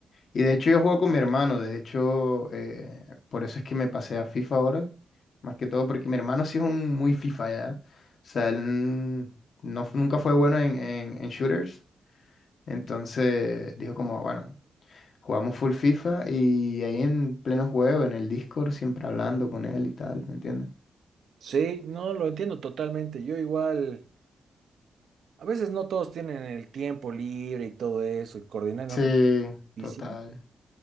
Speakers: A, on the left; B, on the right.
A: Y de hecho yo juego con mi hermano, de hecho, eh, por eso es que me pasé a FIFA ahora, más que todo porque mi hermano sí es un muy FIFA ya. O sea, él no, fu- nunca fue bueno en, en, en shooters, entonces dijo como, bueno, jugamos full FIFA y ahí en pleno juego, en el Discord, siempre hablando con él y tal, ¿me entiendes?
B: Sí, no, lo entiendo totalmente. Yo igual. A veces no todos tienen el tiempo libre y todo eso, y coordinar en
A: Sí,
B: otro es difícil,
A: total.